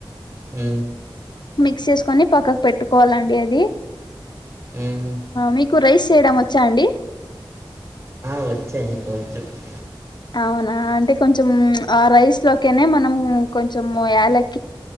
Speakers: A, on the right; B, on the left.
A: ఉ
B: మిక్స్ చేసుకొని పక్కకు పెట్టుకోవాలండి అది
A: మ్మ్.
B: మీకు రైస్ చేయడం వచ్చ అండి
A: <unintelligible>
B: అవునా అంటే కొంచం ఆ రైస్ లోకనే మనం కొంచం యాలకి